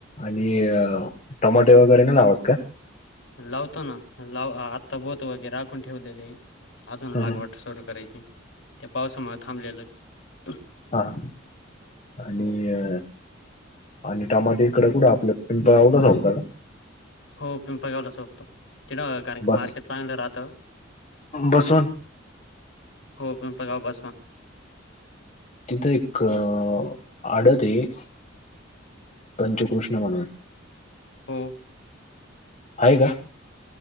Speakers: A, on the left; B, on the left.
A: आणि टमाटे वगैरे न लावत का?
B: लावतो ना लाव आत्ता बोत वगैर आखून ठेवलेले. अजून
A: हम्म,
B: लागवट
A: हम्म.
B: सुरू करायची. त्या पावसामुळे थांबलेलं आहे.
A: हा हा. आणि
B: हो.
A: अ आणि टमाटे इकड कुठ आपल्या पिंपळगाव ला सोडत का?
B: हो पिंपळगावला सोडतो तिथ न कारण की
A: बस
B: मार्केट चांगलं राहत.
A: बसवंत
B: <unintelligible> हो पिंपळगाव
A: तिथं एक अ आडत आहे. पंचकृष्ण म्हणून
B: हो.
A: आहे का?